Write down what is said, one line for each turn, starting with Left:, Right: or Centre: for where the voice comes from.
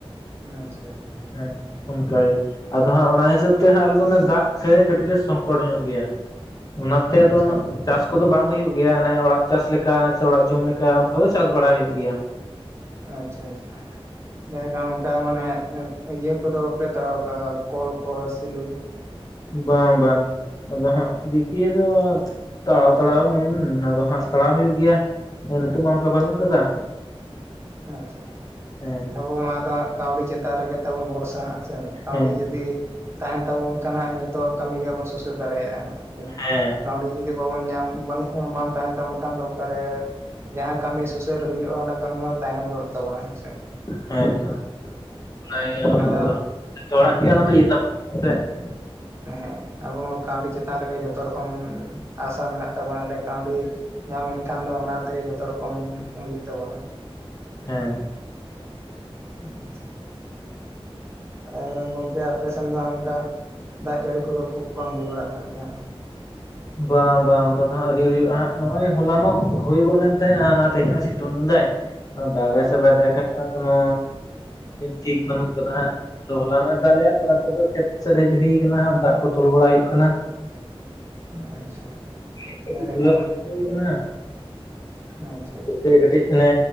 Right: ᱟᱪᱪᱷᱟ ᱟᱪᱪᱷᱟ
Left: ᱦᱮᱸ ᱚᱱᱠᱟᱜᱮ ᱟᱫᱚ ᱦᱟᱸᱜ ᱚᱱᱟ ᱦᱤᱥᱟᱹᱵ ᱛᱮ ᱟᱞᱮ ᱫᱚ ᱫᱟᱜ ᱛᱮ ᱠᱟᱹᱴᱤᱡ ᱞᱮ ᱥᱚᱝᱠᱚᱴ ᱧᱚᱜ ᱜᱮᱭᱟ ᱚᱱᱟᱛᱮ ᱟᱫᱚ
Right: ᱟᱪᱪᱷᱟ
Left: ᱪᱟᱥ ᱠᱚᱫᱚ ᱵᱟᱝ ᱦᱩᱭᱩᱜ ᱜᱮᱭᱟ, ᱟᱱᱮ ᱚᱲᱟᱜ ᱪᱟᱥ ᱞᱮᱠᱟ ᱥᱮ ᱚᱲᱟᱜ ᱡᱚᱢ ᱞᱮᱠᱟ ᱚᱱᱠᱟ ᱫᱚ ᱪᱟᱥ ᱵᱟᱲᱟ ᱦᱩᱭᱩᱜ ᱜᱮᱭᱟ᱾
Right: ᱟᱪᱪᱷᱟ ᱟᱪᱪᱷᱟ᱾ ᱡᱟᱭᱜᱮ ᱚᱱᱠᱟ ᱢᱟᱱᱮ ᱤᱭᱟᱹ ᱠᱚᱫᱚ ᱵᱟᱯᱮ ᱛᱟᱲᱟᱣ ᱠᱟᱜᱼᱟ᱾ ᱠᱚᱞ ᱠᱚ ᱥᱮᱞᱩ
Left: ᱵᱟᱝ ᱵᱟᱝ ᱟᱫᱚ ᱦᱟᱸᱜ ᱫᱤᱠᱷᱤ ᱟᱫᱚ ᱛᱟᱲᱟᱣ ᱛᱟᱲᱟᱣ ᱢᱮᱱ ᱟᱫᱚ ᱦᱟᱸᱜ, ᱛᱟᱲᱟᱣ ᱦᱩᱭᱩᱜ ᱜᱮᱭᱟ, ᱟᱫᱚ ᱱᱤᱛᱳ ᱢᱟ ᱚᱱᱠᱟ ᱵᱟᱹᱱᱩᱜ ᱠᱟᱫᱟ
Right: ᱟᱪᱪᱷᱟ᱾
Left: ᱦᱮᱸ
Right: ᱟᱵᱚ ᱢᱟ ᱟᱫᱚ ᱦᱟᱸᱜ, ᱠᱟᱹᱣᱰᱤ ᱪᱮᱛᱟᱱ ᱨᱮᱜᱮ ᱛᱟᱵᱚᱱ ᱵᱷᱚᱨᱥᱟ ᱦᱟᱜ ᱥᱮ ᱠᱟᱹᱣᱰᱤ
Left: ᱦᱮᱸ
Right: ᱡᱩᱫᱤ ᱛᱟᱦᱮᱱ ᱛᱟᱵᱚᱱ ᱠᱷᱟᱱᱟ ᱡᱚᱛᱚ ᱠᱟᱹᱢᱤ ᱜᱮᱵᱚᱱ ᱥᱩᱥᱟᱹᱨ ᱫᱟᱲᱮᱭᱟᱜᱼᱟ᱾ ᱦᱟᱜ ᱥᱮ
Left: ᱦᱮᱸ
Right: ᱠᱟᱹᱣᱰᱤ ᱡᱩᱫᱤ ᱵᱟᱵᱚᱱ ᱧᱟᱢ ᱵᱟᱱᱩᱜ-ᱟ᱾ ᱵᱟᱝ ᱛᱟᱦᱮᱱ ᱛᱟᱵᱚᱱ ᱠᱷᱟᱱ ᱫᱚ ᱚᱠᱟᱨᱮ ᱡᱟᱦᱟᱸ ᱠᱟᱹᱢᱤ ᱥᱩᱥᱟᱹᱨ ᱦᱩᱭᱩᱜᱼᱟ᱾ ᱚᱱᱟ ᱠᱟᱹᱢᱤ ᱦᱚᱸ ᱛᱟᱭᱱᱚᱢ ᱜᱚᱫᱚᱜ ᱛᱟᱵᱚᱱᱟ ᱦᱮᱸᱥᱮ
Left: ᱦᱮᱸᱛᱚ <unintelligible> ᱡᱚᱛᱚ
Right: ᱟᱫᱚ
Left: ᱦᱚᱲᱟᱜ ᱜᱮ
Right: ᱦᱮᱸ
Left: ᱚᱱᱟᱫᱚ ᱤᱭᱟᱹ ᱛᱟᱵᱚᱱ ᱛᱮ <unintelligible>
Right: ᱦᱮᱸ ᱟᱵᱚ ᱢᱟ ᱠᱟᱹᱣᱰᱤ ᱪᱮᱛᱟᱱ ᱨᱮᱜᱮ ᱡᱷᱚᱛᱚ ᱨᱚᱠᱚᱢ ᱟᱹᱥᱟ ᱢᱮᱱᱟᱜ ᱛᱟᱵᱚᱱᱟ ᱞᱮ ᱠᱟᱹᱣᱰᱤ ᱧᱟᱢ ᱞᱮᱱᱠᱷᱟᱱ ᱫᱚ ᱚᱱᱟ ᱛᱮᱜᱮ ᱡᱷᱚᱛᱚ ᱨᱚᱠᱚᱢ ᱦᱩᱭᱩᱜ ᱛᱟᱵᱚᱱᱟ
Left: ᱦᱮᱸ
Right: <unintelligible> ᱟᱭ ᱜᱚᱝᱠᱮ ᱟᱯᱮᱥᱚᱱ ᱫᱚ ᱚᱝᱠᱟ ᱫᱟᱜ ᱡᱟᱹᱲᱤ ᱠᱚᱫᱚ ᱠᱷᱩᱵ ᱠᱚᱢ ᱦᱩᱭ ᱵᱟᱲᱟᱜ ᱠᱟᱱ ᱜᱮᱭᱟ ᱦᱟᱜ᱾
Left: ᱵᱟᱝ ᱵᱟᱝ ᱚᱱᱠᱟ ᱫᱚ ᱦᱟᱸᱜ ᱟᱹᱣᱨᱤ ᱦᱩᱭᱩᱜ-ᱟᱜ ᱱᱚᱜ ᱚᱭ ᱦᱚᱞᱟᱱᱚᱜ ᱦᱩᱭ ᱜᱚᱫ ᱞᱮᱱ ᱛᱟᱦᱮᱸᱜ-ᱟ ᱚᱱᱟ ᱛᱮᱦᱮᱧ ᱢᱟ ᱥᱤᱛᱩᱝ ᱫᱟᱭ᱾ ᱟᱨ ᱫᱟᱜᱟᱭ ᱥᱮ ᱵᱟᱭ ᱫᱟᱜᱭ ᱠᱳᱱᱳ ᱴᱷᱤᱠ ᱵᱟᱹᱱᱩᱜ ᱠᱟᱫᱟ ᱦᱟᱸᱜ᱾ ᱛᱚ ᱦᱚᱞᱟᱱᱚᱜ ᱮ ᱫᱟᱞᱮᱜ-ᱟ ᱛᱚ ᱟᱫᱚ ᱚᱱᱟ ᱛᱮᱫᱚ ᱠᱷᱮᱛ ᱥᱮᱫ ᱦᱮᱡ ᱦᱩᱭ ᱠᱟᱱᱟ ᱫᱟᱜ ᱠᱚ ᱛᱚᱞ ᱵᱟᱲᱟ ᱦᱩᱭᱩᱜ ᱠᱟᱱᱟ᱾
Right: ᱟᱪᱪᱷᱟ᱾
Left: <unintelligible>
Right: ᱫᱟᱨᱮ ᱠᱷᱚᱱ ᱟᱪᱪᱷᱟ ᱟᱪᱪᱷᱟ᱾
Left: ᱛᱮ ᱠᱟᱹᱴᱤᱡ ᱚᱱᱮ